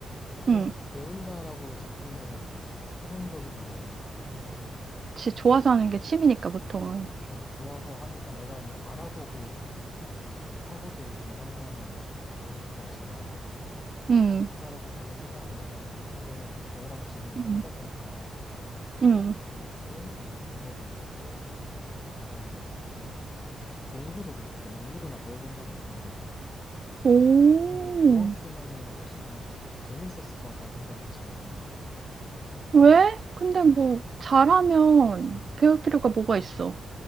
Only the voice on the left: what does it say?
배운,
배운다라고 접근을 해본 적이 별로 없는 것 같아.
어, 좋아서 하니까 내가 뭐 알아보고 이렇게 좀 파고들고 이런 거는 많이 있었지만
배운다라고 별로 생각 안 해봤는데 근데 너랑 지금 얘기하다
보니까
수영도 그렇고 뭐 노래도 그렇고 다른 뭐 노- 농구도 그렇고 농구도 나 배워본 적이 없거든.
근데 배웠으면은 훨씬 재밌었을 것 같다는 생각이 지금 드네.
음.